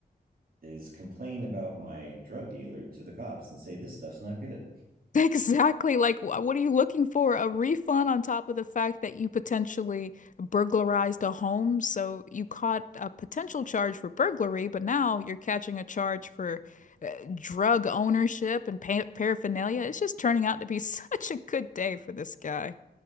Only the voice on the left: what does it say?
<laughs> Exactly. Like, wh- what are you looking for? A refund on top of the fact that you potentially burglarized a home. So you caught a potential charge for burglary, but now you're catching a charge for drug ownership and pa paraphernalia. It's just turning out to be <laughs> such a good day for this guy.